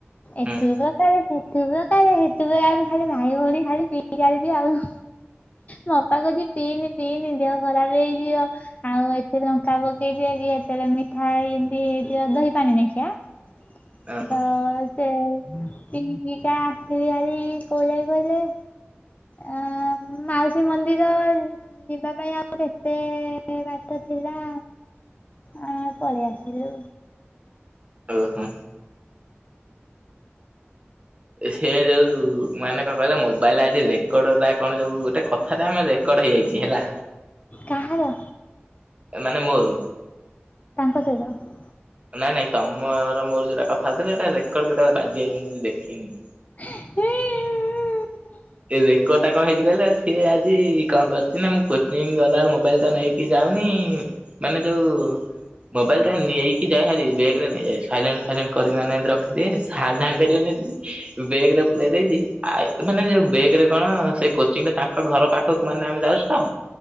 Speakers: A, on the right (about 25°); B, on the left (about 35°).
A: ହୁଁ
B: ଏଥି <unintelligible> ଆମେ ଖାଲି ଭାଇ ଭଉଣୀ ଖାଲି ପିଇଚାଲିଚୁ ଆଉ ମୋ ଅପା କହୁଚି ପିଇନି ପିଇନି ଦେହ ଖରାପ ହେଇଯିବ। ଆଉ ଏଥିରେ ଲଙ୍କା ପକେଇ ଦି କି ସେତେବେଳେ ମିଠା ଏମିତି ଦହିପାଣି ଦେଖିଆ। <unintelligible>
A: ଓହୋ
B: ତ ସେ ତିନି ପିଇକା ଆସିଲେ ହେରି କୋଉ ଯାଇ କହିଲେ ଆ ମାଉସୀ ମନ୍ଦିର। ଯିବା ପାଇଁ ଆଉ କେତେ ବାଟ ଥିଲା। ଆ ପଳେଇ ଆସିଲୁ।
A: ଓହୋ ସେ ଯୋଉ ମାନେ କଣ କହିଲ ମୋବାଇଲରେ ଆଜି ରେକର୍ଡ କଣ ଯୋଉ ଗୋଟେ କଥାରେ ଆମେ ରେକର୍ଡ ହେଇଯାଇଛି ହେଲା।
B: କାହାର
A: ମାନେ ମୋର।
B: ତାଙ୍କ ସହିତ ହଁ।
A: ନାଇଁ ନାଇଁ ତମର ମୋର ଯୋଉଟା କଥା ହଉଥିଲେ ସେଇଟା ରେକର୍ଡ କେତେବେଳେ ବାଜି ଯାଇଛି ମୁଁ ଦେଖିନି।
B: ହେଁ।
A: ଏ ରେକର୍ଡ ଟା କଣ ହେଇଛି କହିଲ ସିଏ ଆଜି କଣ କରିଛି ନା ମୁଁ କୋଚିଙ୍ଗ୍ ଗଲା ବେଳେ ମୋବାଇଲ୍ ଟା ନେଇ କି ଯାଉନି ମାନେ ଯୋଉ ମୋବାଇଲ୍ ଟା ନେଇକି ଯାଏ ଭାରି ବେଗ୍ ରେ ନେଇଯାଏ ସାଇଲେଣ୍ଟ୍ ଫାଇଲେଣ୍ଟ୍ କରିକି ମାନେ ଏନ୍ତି ରଖିଦିଏ ହାତରେ ଧରି ପାରିବନି ବେଗ୍ ରେ ପୁରେଇ ଦେଇଛି ଆ ମାନେ ସେ ବେଗ୍ ରେ କଣ ସେ କୋଚିଙ୍ଗ ରେ ତାଙ୍କ ଘର ପାଖକୁ ମାନେ ଆମେ ଯାଉଛୁ ତ?